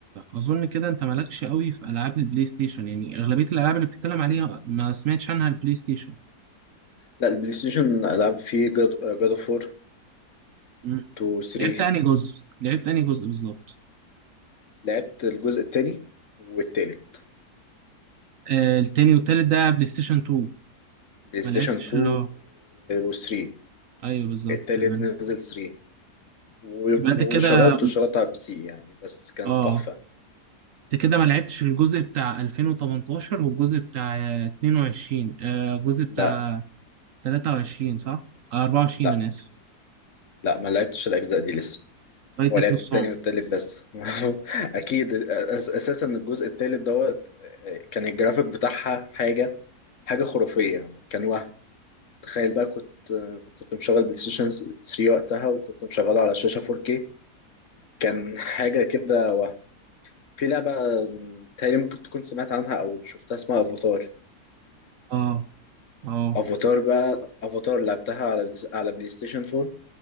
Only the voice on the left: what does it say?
لا البلاي ستيشن ألعاب فيه جاد أوف وور
2 3
لعبت الجزء التاني والتالت
بلاي ستيشن
2
و3
التالت
نزل 3 و-
وشغلته شغلته على البي سي يعني بس كان
تحفة
لا
لا
لا ما لعبتش الأجزاء دي لسه
هو لعبت
التاني
والتالت بس <laughs> أكيد أس- أساسا الجزء التالت دوت كان الجرافيك بتاعها حاجة حاجة خرافية كان وهم تخيل بقى كنت كنت مشغل بلاي ستيشن 3 وقتها وكنت مشغله على شاشة 4K كان حاجة كده وهم في لعبة تقريبا ممكن تكون سمعت عنها أو شفتها اسمها أفاتار
أفاتار بقى أفاتار لعبتها على على بلاي ستيشن 4